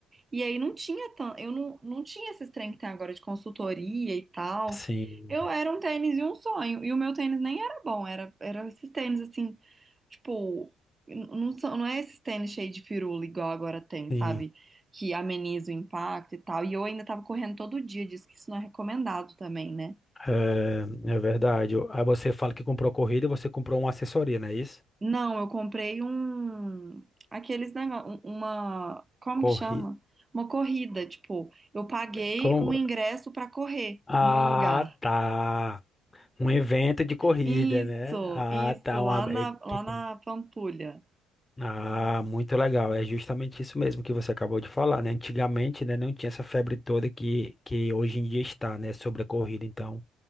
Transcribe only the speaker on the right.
e aí não tinha tanto, eu não, não tinha esses trem que tem agora de consultoria e tal.
Eu era um tênis e um sonho. E o meu tênis nem era bom, era, era esses tênis assim, tipo, n- não, são, não é esses tênis cheio de firula igual agora tem,
sabe? Que ameniza o impacto e tal. E eu ainda tava correndo todo dia, diz que isso não é recomendado também, né?
Não, eu comprei um. Aqueles negócios. Uma. Como
que chama? Uma corrida. Tipo, eu paguei
um ingresso pra correr
em um lugar.
Isso,
isso,
lá na,
lá
na Pampulha.